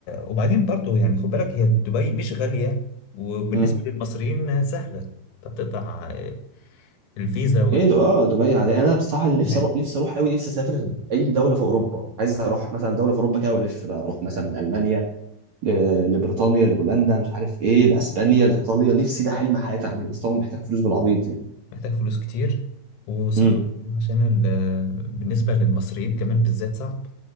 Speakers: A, on the left; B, on the right.
A: وبعدين برضو يعني خد بالك هي دبي مش غالية وبالنسبة
B: امم
A: للمصريين آه، سهلة انت بتقطع آه، الفيزا وال...
B: ايه ده اه دبي عادي انا بصراحه اللي نفسي
A: يعني
B: اروح نفسي اروح قوي نفسي اسافر اي دوله في اوروبا عايز اروح مثلا دوله في اوروبا كده والف بقى اروح مثلا من المانيا ل- لبريطانيا لبولندا مش عارف ايه لاسبانيا لايطاليا نفسي ده حلم حياتي اعمله بس طبعا محتاج فلوس بالعبيط يعني
A: محتاج فلوس كتير وصعب
B: امم
A: عشان ال... آه، بالنسبة للمصريين كمان بالذات صعب